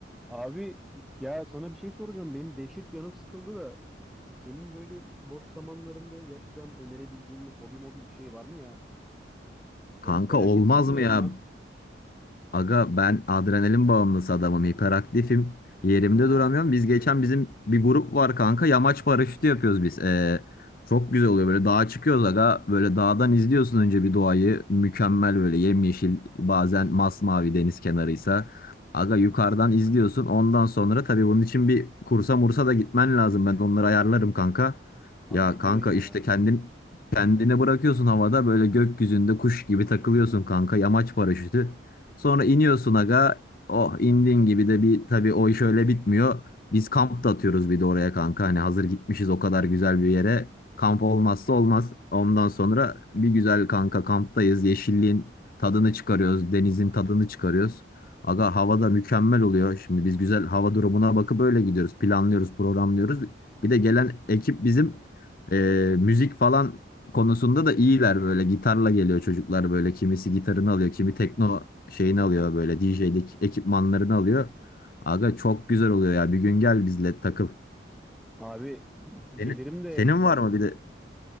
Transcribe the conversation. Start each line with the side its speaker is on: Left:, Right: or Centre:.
Centre: Abi ya sana bir şey soracağım. Benim dehşet canım sıkıldı da senin böyle boş zamanlarımda yapacağım, önerebileceğim bir hobi mobi bir şey var mı ya?
Left: Kanka
Centre: Oğlum felaket
Left: olmaz
Centre: sıkılıyorum
Left: mı ya?
Centre: lan.
Left: Aga ben adrenalin bağımlısı adamım, hiperaktifim. Yerimde
Centre: Ha,
Left: duramıyorum. Biz geçen bizim bir grup var kanka. Yamaç paraşütü yapıyoruz biz. Ee, çok güzel oluyor böyle dağa çıkıyoruz aga. Böyle dağdan izliyorsun önce bir doğayı. Mükemmel böyle yemyeşil bazen masmavi deniz kenarıysa. Aga yukarıdan izliyorsun. Ondan sonra tabii bunun için bir kursa mursa da gitmen lazım. Ben onları ayarlarım kanka.
Centre: abi
Left: Ya
Centre: ne
Left: kanka
Centre: diyorsun ya?
Left: işte kendin kendine bırakıyorsun havada böyle gökyüzünde kuş gibi takılıyorsun kanka. Yamaç paraşütü. Sonra iniyorsun aga. Oh indin gibi de bir tabii o iş öyle bitmiyor. Biz kamp da atıyoruz bir de oraya kanka. Hani hazır gitmişiz o kadar güzel bir yere. Kamp olmazsa olmaz. Ondan sonra bir güzel kanka kamptayız. Yeşilliğin tadını çıkarıyoruz. Denizin tadını çıkarıyoruz. Aga hava da mükemmel oluyor. Şimdi biz güzel hava durumuna bakıp öyle gidiyoruz. Planlıyoruz, programlıyoruz. Bir de gelen ekip bizim eee, müzik falan konusunda da iyiler böyle gitarla geliyor çocuklar böyle kimisi gitarını alıyor kimi tekno şeyini
Centre: Aha.
Left: alıyor böyle DJ'lik ekipmanlarını alıyor. Aga çok güzel oluyor ya bir gün gel bizle takıl.
Centre: Abi
Left: Senin,
Centre: gelirim de
Left: senin
Centre: ben
Left: var mı bir de